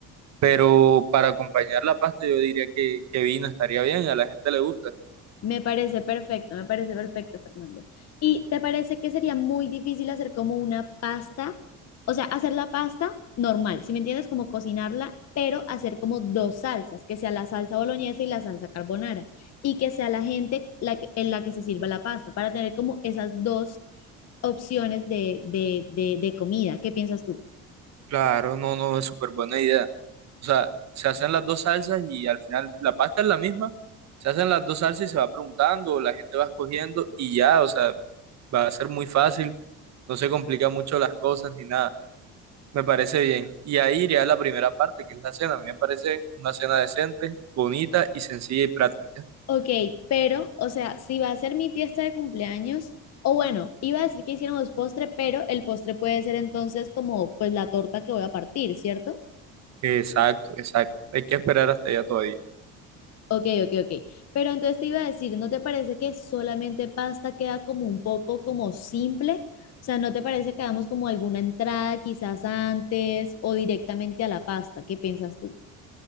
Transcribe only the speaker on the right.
pero para acompañar la pasta yo diría que, que vino estaría bien a la gente le gusta.
Claro, no, no, es súper buena idea. O sea, se hacen las dos salsas y al final la pasta es la misma. Se hacen las dos salsas y se va preguntando, la gente va escogiendo y ya, o sea, va a ser muy fácil, no se complica mucho las cosas ni nada. Me parece bien. Y ahí iría la primera parte, que es la cena. A mí me parece una cena decente, bonita y sencilla y práctica.
Exacto, exacto. Hay que esperar hasta allá todavía.